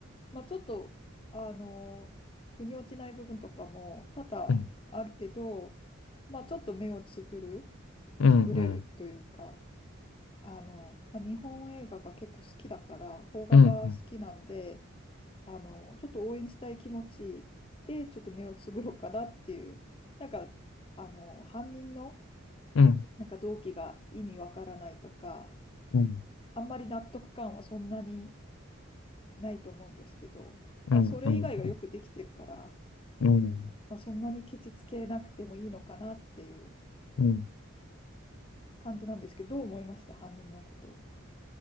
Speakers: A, on the left; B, on the left.
A: まあ、ちょっと、あの、腑に落ちない部分とかも多々あるけど、
B: うん、
A: まあ、ちょっと目をつぶる、
B: うん、
A: つぶれるというか、
B: うん、
A: あの、まあ、日本映画が結構好きだから、邦画が好きなんで、
B: うん、
A: あの、ちょっと応援したい気持ちで、ちょっと目をつぶろうかなっていう、なんか、あの、犯人の、
B: うん、うん、
A: なんか動機が意味わからないとか、
B: うん、
A: あんまり納得感はそんなにないと思うんですけど、
B: うん、
A: まあ、それ以外がよくできてるから、
B: うん、
A: まあ、そんなにケチつけなくてもいいのかなっていう
B: うん、
A: 感じなんですけど、どう思いました、犯人のことを。